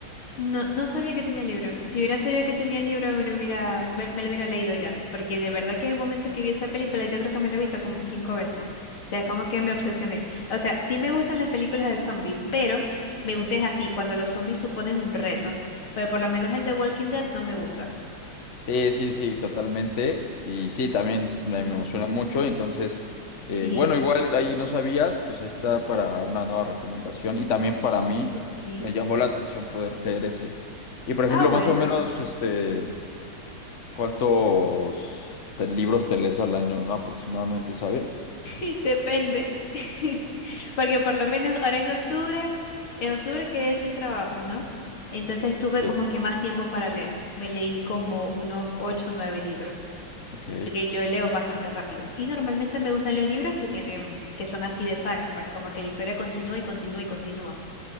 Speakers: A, on the left (about 70°); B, on the left (about 40°).
A: No, no sabía que tenía libro. Si hubiera sabido que tenía libro, me lo hubiera, me, me lo hubiera leído ya. Porque de verdad que en el momento que vi esa película, yo creo que me la he visto como cinco veces. O sea, es como que me obsesioné. O sea, sí me gustan las películas de zombies, pero me
B: Claro.
A: gusta es así, cuando los zombies suponen un reto. Pero por lo menos en The Walking Dead no me gusta.
B: Sí, sí, sí, totalmente. Y sí, también me,
A: Mm.
B: me emociona mucho. Entonces,
A: Sí,
B: eh, bueno, igual ahí no sabías, pues ahí está para una nueva recomendación. Y también para mí
A: ok.
B: me llamó la atención poder leer ese. Y por ejemplo,
A: Ah, bueno.
B: más o menos, este, ¿Cuántos te- libros te lees al año, no? aproximadamente, sabes?
A: <laughs> Depende. <laughs> Porque por lo menos ahora en octubre, en octubre quedé sin trabajo, ¿no? Entonces tuve
B: Sí.
A: como que más tiempo para leer. Me leí como unos ocho o nueve libros,
B: Ok,
A: porque yo leo bastante rápido. Y normalmente me gustan los libros que tienen, que son así de sagas, pues como que la historia continúa y continúa y continúa.